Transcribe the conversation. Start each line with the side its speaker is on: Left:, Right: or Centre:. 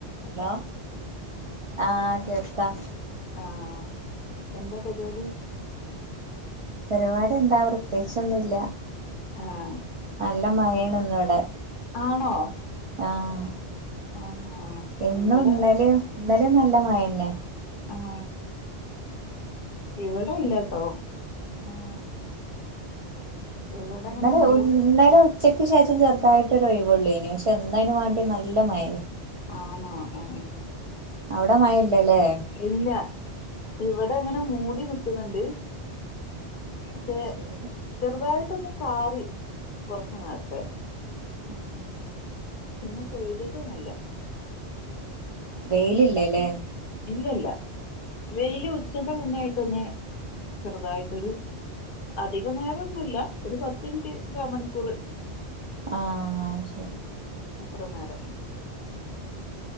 Right: Hello ആഹ് കേക്കാം
Left: ആഹ എന്താ പരിപാടി
Right: പരിപാടി എന്താ പ്രത്യേകിച്ചൊന്നുംല്ല
Left: ആഹ്
Right: നല്ല മഴണ് ഇന്ന് ഇവിടെ
Left: ആണോ
Right: ആഹ
Left: ആഹ്
Right: എന്നും
Left: ഇവിടെ
Right: ഇന്നലെയും ഇന്നലെ നല്ല മഴയെണെ
Left: ആഹ ഇവിടെല്ലാട്ടോ
Right: ആഹ്
Left: ഇവിടെ
Right: ഇന്നലെ
Left: അങ്ങനെ മൂടി
Right: ഇന്നലെ ഉച്ചക്ക് ശേഷം ചെറുതായിട്ട് മറ്റൊ ഒഴിവവുള്ളൂ ഇനി പക്ഷെ എന്തായന് വാണ്ടി നല്ല മയ
Left: ആണോ ആ
Right: അവിടെ മഴയില്ലല്ലേ
Left: ഇല്ല ഇവിടെ അങ്ങനെ മൂടി നിൽ ക്കുന്നുണ്ട് പക്ഷെ
Right: അത് ശരി
Left: ചെറുതായിട്ടൊന്ന് ചാറി കൊറച്ചു നേരത്തെ
Right: ആഹ
Left: പിന്നെ പെയ്തിട്ടൊന്നില്ല
Right: വെയിലില്ലല്ലേ
Left: ഇല്ലല്ല വെയില് ഉച്ചറെ മുന്നോയിട്ടൊന്ന് ചെറുതായിട്ടൊരു അധികം നേരം ഒന്നുമല്ല ഒരു പത്ത് മിനിറ്റ് കാമണിക്കൂർ
Right: ആഹ ശരി
Left: അത്ര നേരം